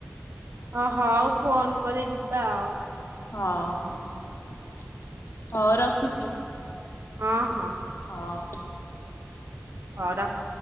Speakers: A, on the right; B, on the left.
A: ଅ ହଉ ଫୋନ କଲେ ଯିବା ଆଉ।
B: ହ ହଉ ରଖୁଛି।
A: ହଁ ହଁ।
B: ହଉ।
A: ହ ରଖ।